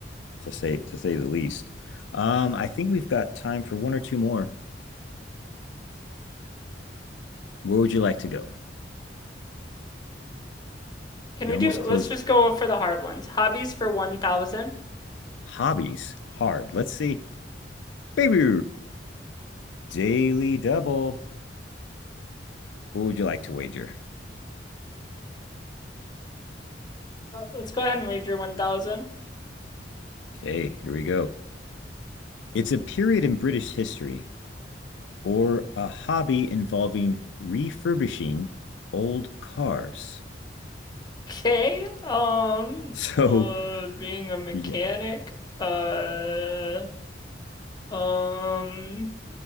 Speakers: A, on the left; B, on the left.
A: to say to say the least. Um, I think we've got time for one or two more. Where would you like to go?
B: Can
A: You
B: we
A: almost
B: do
A: closed
B: let's just go for the hard ones. Hobbies for 1000.
A: hobbies hard. Let's see. Baby Daily Double. What would you like to wager?
B: Uh, Let's go ahead and wager 1000.
A: Okay, here we go. It's a period in British history or a hobby involving refurbishing old cars. <laughs>
B: Okay. Um
A: So,
B: uh being a mechanic.
A: yeah.
B: Uh Um,